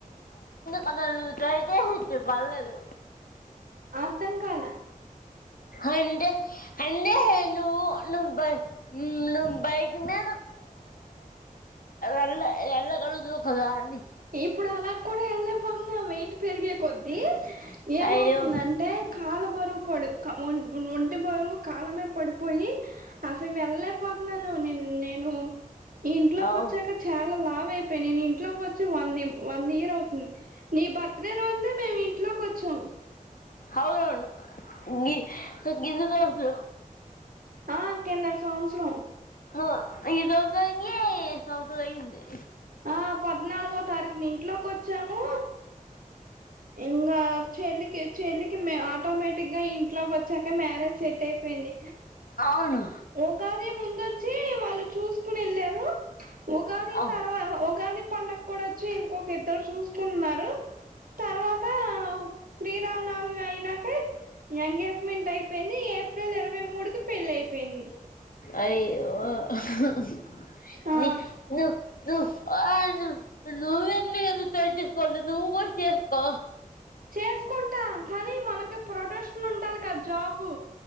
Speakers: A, on the left; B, on the right.
A: కదకుయితేతే పలేదు
B: అర్థం కాలా
A: అంటే అండే నువ్వు ను బ ను బైకి మే ఎల్ ఎ ఎల కలుదా అన్నీ
B: ఇప్పుడు అలా కూడా వెళ్లే పోతున్నాం పెరిగే కొద్ది ఏమవుతుందంటే
A: అయ్యో
B: కాల బొరువు పొడి ఇ బరువు కాలమే పడిపోయి అసలు వెళ్లేపోతున్నాను నే నేను ఇంట్లోకి
A: అవును
B: వచ్చాక చాలా లాభ అయిపెయినై నేను ఇంట్లో కొచ్చి వన్ ఇం వన్ ఇయర్ అవుతుంది నీ బర్త్ డే రోజునే మేము ఇంట్లోకి వచ్చాం
A: అవునవును గి గింతతోందు
B: ఆ కిందటి సంవత్సరం
A: అ ఈరోజంగి సంవత్సరం అయింది
B: ఆ పద్నాలుగో తారీఖుని ఇంట్లోకి వచ్చాము ఇంగా చెల్లికి చెల్లికి మే ఆటోమేటిక్గా ఇ ఇంట్లోకి వచ్చాక మ్యారేజ్ సెట్ అయిపోయింది
A: అవును
B: ఉగాది ముందొచ్చి వాళ్ళు చూసుకుని ఏళ్ళారు ఉగాది
A: అవును
B: తర్వా ఉగాది కండక్ట్ కుదఒచ్చి ఇంకొక ఇద్దరు చూసుకున్నారు తర్వాత శ్రీరామనమి అయినాక ఎంగేజ్మెంట్ అయిపేయింది ఏప్రిల్ ఇరవై మూడుకి పేళ్లయి కెన్ని
A: అయ్యో ఆహ్
B: ఆ
A: ని ను ను ఆ నువ్వెంందు తచస్కోదు నువ్వు కూడా చేసుకో
B: చేసుకుంటా కానీ మనకు ప్రొడక్షన్ ఉండాలి కదా జాబు